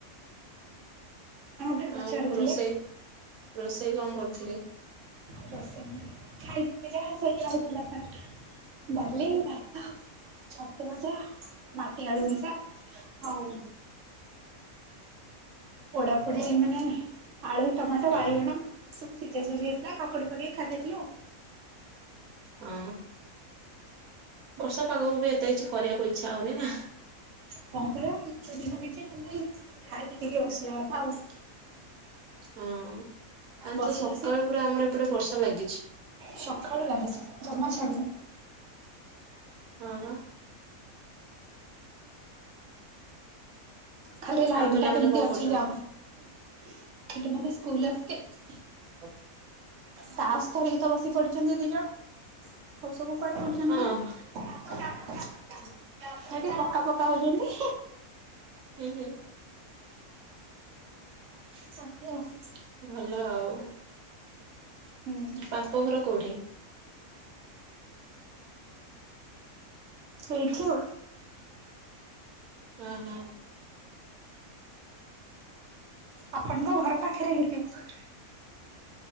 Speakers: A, on the right; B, on the right.
A: <unintelligible> ପଚାରୁଥିଲେ।
B: ଆଉ ରୋଷେଇ ରୋଷେଇ କଣ କରୁଥିଲେ?
A: ରୋଷେଇ ଖାଇକିରି ଯାହା ଶୋଇ ଆଉଥିଲା <unintelligible> ତାହା। ଡାଲି, ଭାତ, ଛତୁଭଜା ମାଟି ଆଳୁଭଜା। ଆଉ ପୋଡା ପୋଡି ମାନେ ଆଳୁ ଟମାଟ, ବାଇଗଣ ଗଛ ସବୁ ସିଜାସୁଝି ହେଇଥିଲା କାକୁଡି ପକେଇ ଖାଇଦେଇଥିଲୁ।
B: ହଁ ବର୍ଷା ପାାଗକୁ ବି ଏତେ କିଛି କରିବାକୁ ଇଚ୍ଛା ହୋଉନି ନା।
A: ହଁ ପରା <unintelligible> କିଛି ଖାଲି ଖାଇକି ଟିକେ ବସିବା କଥା ଆଉ।
B: ହଁ ଆଜି
A: ବସି
B: ତ ସକାଳୁ ପୁରା ଆମର ଏପଟେ ବର୍ଷା ଲାଗିଛି।
A: ସଖାଳୁ ଲାଗିଚି ଜମା ଛାଡିନି।
B: ହଁ।
A: ଖାଲି ଲାଇନ
B: ଆଉ ପିଲାମାନେ
A: ଟା କେମିତି
B: କଣ
A: ଅଛି
B: କରୁଛନ୍ତି?
A: ଯାଉନି। <unintelligible>
B: ହ।
A: ତାସ ଧରିକି ତ ବସି ପଡିଚନ୍ତି ଦି ଜଣ ହଉ ସବୁ କୁଆଡେ ବୁଲୁଚନ୍ତି
B: ହଁ
A: କେଇଜାଣି। ହେଇଠି ପକ୍କା ପକ୍କା ହଉଚନ୍ତି।
B: ହୁଁ ହୁଁ।
A: <unintelligible>
B: ଭଲ ଆଉ।
A: ହୁଁ
B: ବାପଘର କୋଉଠି?
A: ଏଇଠି ଆଉ।
B: ଉଁ ହୁଁ।
A: ଆପଣଙ୍କ ଘର ପାଖରେ ହେଇଥିବ।